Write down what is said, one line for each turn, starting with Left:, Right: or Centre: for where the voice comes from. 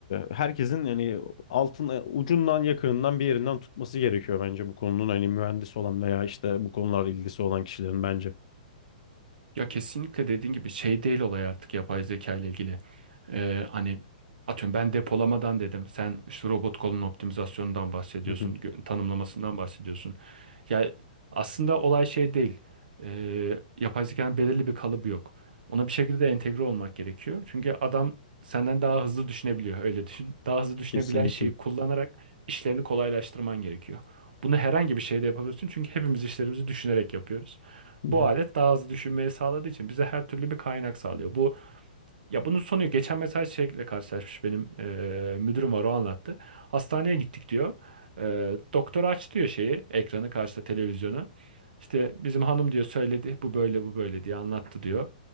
Left: e, herkesin yani altın e, ucundan yakınından bir yerinden tutması gerekiyor bence bu konunun hani mühendis olan veya işte bu konularla ilgisi olan kişilerin bence.
Right: Ya kesinlikle dediğin gibi şey değil olay artık yapay zeka ile ilgili. Ee, hani atıyorum ben depolamadan dedim. Sen işte robot kolun optimizasyonundan bahsediyorsun,
Left: Hı hı.
Right: gö- tanımlamasından bahsediyorsun. Ya aslında olay şey değil. Ee, yapay zekanın belirli bir kalıbı yok. Ona bir şekilde entegre olmak gerekiyor. Çünkü adam senden daha hızlı düşünebiliyor. Öyle düşün. <laughs> Daha hızlı düşünebilen
Left: Kesinlikle.
Right: şeyi kullanarak işlerini kolaylaştırman gerekiyor. Bunu herhangi bir şeyde yapabilirsin. Çünkü hepimiz işlerimizi düşünerek yapıyoruz.
Left: Hı hı.
Right: Bu alet daha hızlı düşünmeyi sağladığı için bize her türlü bir kaynak sağlıyor. Bu ya bunun sonu geçen mesela şeyle karşılaşmış benim eee, müdürüm var o anlattı. Hastaneye gittik diyor. Eee doktor aç diyor şeyi ekranı karşıda televizyonu. İşte bizim hanım diyor söyledi bu böyle bu böyle diye anlattı diyor.